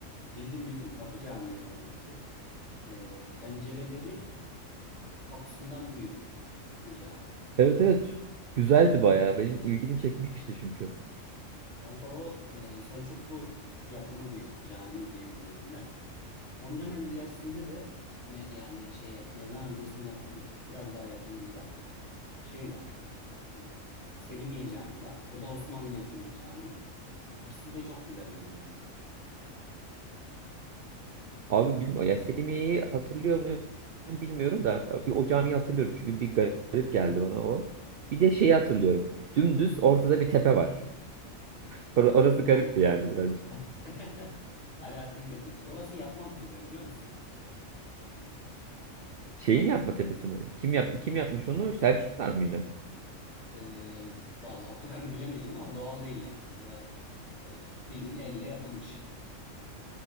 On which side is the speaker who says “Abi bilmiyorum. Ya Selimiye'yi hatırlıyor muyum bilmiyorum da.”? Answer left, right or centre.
Right